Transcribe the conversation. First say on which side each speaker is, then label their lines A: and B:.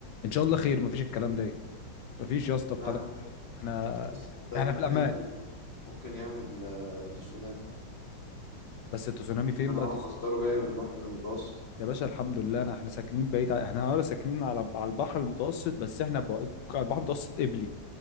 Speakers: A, on the left; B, on the left.
A: ان شاء الله خير ما فيش الكلام ده مفيش يا اسطى الكلام
B: ده
A: احنا
B: بس ده
A: احنا
B: ممكن
A: في الامان
B: يعمل ممكن يعمل آه، تسونامي
A: بس التسونامي فين
B: عشان
A: بقى
B: هو
A: تس...
B: مصدره جاي من البحر المتوسط
A: يا باشا الحمد لله انا احنا ساكنين بعيد ع- احنا اه ساكنين على على البحر المتوسط بس احنا بقى... على البحر المتوسط قبلي